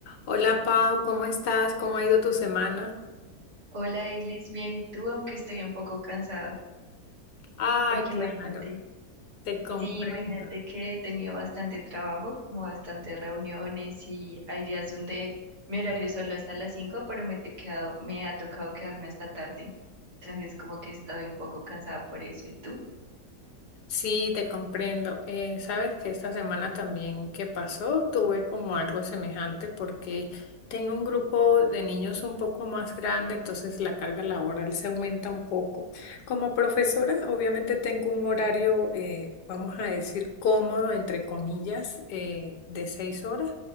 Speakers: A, on the left; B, on the right.
A: Hola Pau, ¿cómo estás? ¿Cómo ha ido tu semana?
B: Hola, Eglis, bien, ¿y tú? Aunque estoy un poco cansada,
A: Ay,
B: porque
A: claro,
B: imagínate,
A: te comprendo.
B: sí, imagínate que he tenido bastante trabajo, como bastantes reuniones y hay días donde mi horario es solo hasta las 5, pero me, te quedado, me ha tocado quedarme hasta tarde. Entonces, como que estoy un poco cansada por eso, ¿y tú?
A: Sí, te comprendo. Eh, sabes que esta semana también que pasó, tuve como algo semejante porque tengo un grupo de niños un poco más grande, entonces la carga laboral se aumenta un poco. Como profesora, obviamente tengo un horario, eh, vamos a decir, cómodo, entre comillas, eh, de seis horas.